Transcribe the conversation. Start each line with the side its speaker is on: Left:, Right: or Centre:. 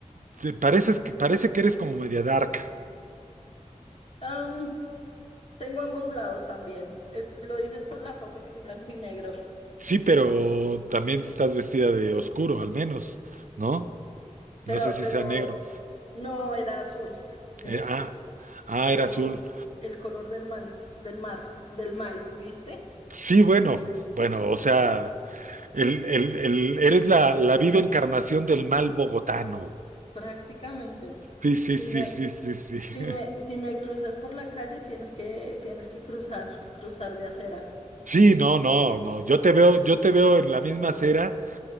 Right: Sí, pareces, que- parece que eres como media dark.
Left: Am, tengo ambos lados también. Es, lo dices por la foto que es blanco y negro.
Right: Sí, pero también estás vestida de oscuro, al menos, ¿no?
Left: <laughs>
Right: No
Left: Pero,
Right: sé si
Left: pero
Right: sea negro.
Left: no era azul, de
Right: Eh, ah,
Left: hecho.
Right: ah,
Left: Color,
Right: era azul.
Left: el color del mar, del mar, del mal, ¿viste?
Right: Sí, bueno, bueno, o sea, el, el, el- eres la, la viva encarnación del mal bogotano.
Left: Prácticamente.
Right: Sí, sí,
Left: Sí,
Right: sí,
Left: me,
Right: sí, sí, sí. <laughs>
Left: Si me, si me cruzas por la calle, tienes que, tienes que cruzar, cruzar de acera.
Right: Sí, no, no, no. Yo te veo, yo te veo en la misma acera